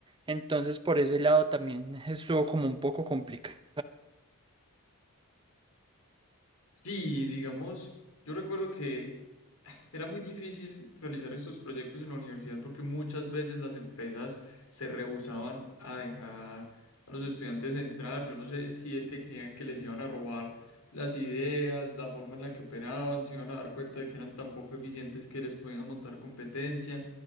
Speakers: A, on the right; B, on the left.
A: entonces por ese lado también <laughs> estuvo como un poco complicado.
B: Sí, digamos, yo recuerdo que era muy difícil realizar estos proyectos en la universidad porque muchas veces las empresas se rehusaban a dejar a los estudiantes entrar. Yo no sé si es que creían que les iban a robar las ideas, la forma en la que operaban, se iban a dar cuenta de que eran tan poco eficientes que les podían montar competencia.